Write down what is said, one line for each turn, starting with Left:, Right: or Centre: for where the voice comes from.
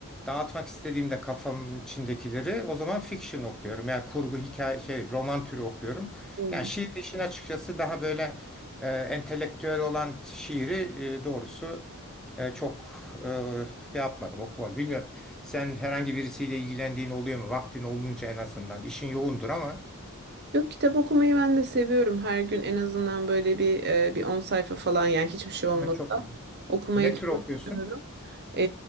Centre: dağıtmak istediğimde kafamın içindekileri o zaman fiction okuyorum. Yani kurgu, hikaye, şey, roman türü okuyorum.
Right: Hmm.
Centre: Yani şiir işin açıkçası daha böyle e, entelektüel olan şiiri e, doğrusu e, çok e, şey yapmadım, okumadım. Bilmiyorum. Sen herhangi birisiyle ilgilendiğin oluyor mu? Vaktin olunca en azından. İşin yoğundur ama.
Right: Yok kitap okumayı ben de seviyorum. Her gün en azından böyle bir e, bir 10 sayfa falan yani hiçbir şey olmasa
Centre: Ama çok iyi.
Right: okumaya
Centre: Ne
Right: çalışıyorum.
Centre: tür okuyorsun?
Right: E,